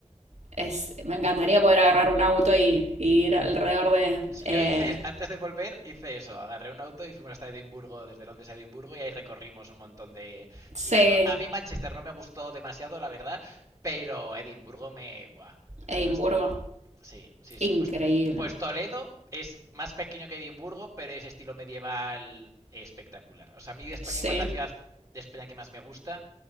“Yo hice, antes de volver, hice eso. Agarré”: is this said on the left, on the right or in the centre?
Right